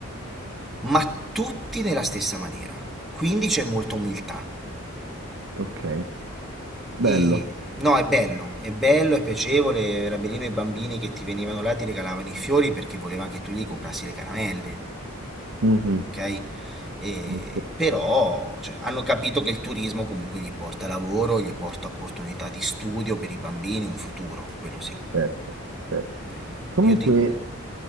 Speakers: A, in the centre; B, on the right.
A: ma tutti nella stessa maniera. Quindi c'è molta umiltà.
B: Ok, bello.
A: E no, è bello, è bello, è piacevole. Era bellino i bambini che ti venivano là e ti regalavano i fiori perché volevano che tu gli comprassi le caramelle.
B: Mhm,
A: ok? E-
B: ok.
A: però cioè, hanno capito che il turismo comunque gli porta lavoro, gli porta opportunità di studio per i bambini, un futuro, quello sì.
B: Certo, certo.
A: Eh,
B: Comunque,
A: io ti-